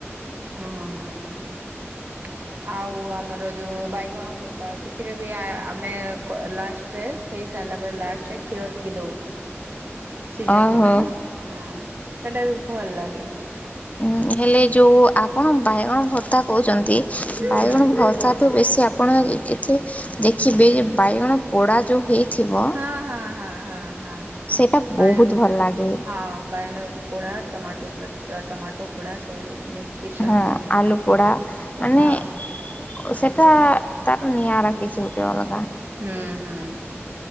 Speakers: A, on the right (about 50°); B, on the left (about 30°).
A: ହୁଁ ହୁଁ ହୁଁ ହୁଁ ଆଉ ଆମର ଯୋଉ ବାଇଗଣ ଭରତା ସେଥିରେ ବି ଆ-ଆ ଆମେ ଲାଷ୍ଟରେ ହେଇ ସାରିଲା ପରେ ଲାଷ୍ଟରେ କ୍ଷୀର ଟିକେ ଦଉ ସିଝା
B: ଓହୋ
A: କ୍ଷୀର ନା ହଁ ସେଟା ବି ଭଲ ଲାଗେ।
B: ଉଁ ହେଲେ ଯୋଉ ଆପଣ ବାଇଗଣ ଭରତା କହୁଛନ୍ତି ବାଇଗଣ
A: ହୁଁ।
B: ଭର୍ତ୍ତାଠୁ ବେଶୀ ଆପଣ ଯଦି କିଛି ଦେଖିବେ ଯେ ବାଇଗଣ ପୋଡ଼ା ଯୋଉ ହେ ଥିବ
A: ହଁ ହଁ ହଁ ହଁ ହଁ
B: ସେଟା
A: ବା
B: ବହୁତ ଭଲ ଲାଗେ।
A: ହଁ ବାଇଣ ପୋଡ଼ା ଟମାଟୋ ଚଟ୍ ଟମାଟୋ ପୋଡ଼ା ସବୁ ମିକ୍ସିକି ଚଟଣି
B: ହଁ
A: ବନେଇ
B: ଆଲୁ ପୋଡ଼ା ମାନେ
A: ହଁ
B: ଓ ସେଇଟା ତାର ନିଆରା କିଛି ଗୋଟେ ଅଲଗା।
A: ହୁଁ ହୁଁ